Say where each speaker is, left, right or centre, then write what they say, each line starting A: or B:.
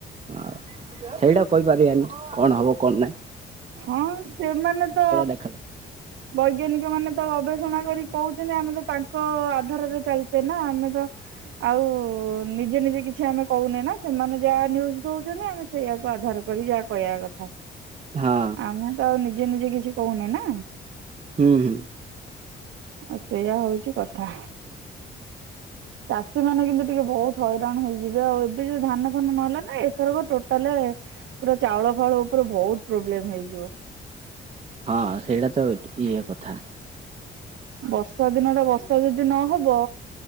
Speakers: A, on the right (about 30°); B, on the right (about 80°).
A: ହଁ ସେଇଟା କହିପାରିବାନି କଣ ହବ କଣ ନାଇଁ।
B: ହଁ ସେମାନେ ତ
A: ଦେଖାଯାଏ।
B: ବୈଜ୍ଞାନିକ ମାନେ ତ ଅବ ଗବେଷଣା କରି କହୁଛନ୍ତି। ଆମେ ତ ତାଙ୍କ ଆଧାରରେ ଚାଲିଛେ ନା ଆମେ ତ ଆଉ ନିଜେ ନିଜେ କିଛି ଆମେ କହୁନେ ନା ସେମାନେ ଯାହା ନିୟୁଜ ଦଉଛନ୍ତି। ଆମେ ସେଇଆକୁ ଆଧାର କରି ଯାହା କହିବା କଥା।
A: ହଁ
B: ଆମେ ତ ଆଉ ନିଜେ ନିଜେ କିଛି କହୁନେ ନା।
A: ହୁଁ ହୁଁ।
B: ଆଉ ସେଇୟା ହଉଛି କଥା।
A: ହ।
B: ଚାଷୀ ମାନେ କିନ୍ତୁ ଟିକେ ବହୁତ ହଇରାଣ ହେଇଯିବେ। ଆଉ ଏବେ ଯୋଉଁ ଧାନ ଫାନ ନହଲେ ନା ଏଥରକ ଟୋଟାଲ ପୁରା ଚାଉଳ ଫାଉଳ ଉପରେ ବହୁତ ପ୍ରୋବ୍ଲେମ ହେଇଯିବ।
A: ହଁ ସେଇଟା ତ ଇଏ କଥା
B: ବର୍ଷା ଦିନ ଟା ବର୍ଷା ଯଦି ନହବ